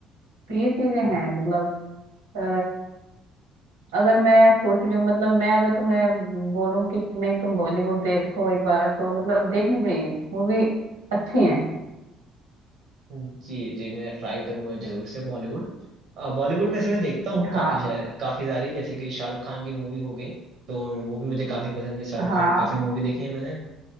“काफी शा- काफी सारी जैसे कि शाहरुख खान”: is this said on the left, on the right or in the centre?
Right